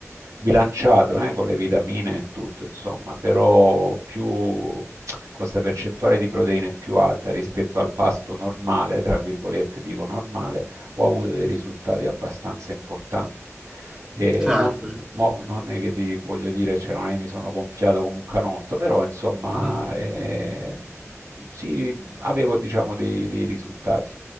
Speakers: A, on the right (about 80°); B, on the right (about 15°).
A: bilanciato eh, con le vitamine e tutto, insomma, però più con questa percentuale di proteine è più alta rispetto al pasto normale, tra virgolette dico normale, ho avuto dei risultati abbastanza importanti. E
B: Certo,
A: non,
B: certo.
A: mo-
B: immagino.
A: non è che ti voglio dire, cioè, non è che mi sono gonfiato come un canotto, però insomma,
B: Mhm. <laughs>
A: eh, sì, avevo diciamo dei, dei risultati.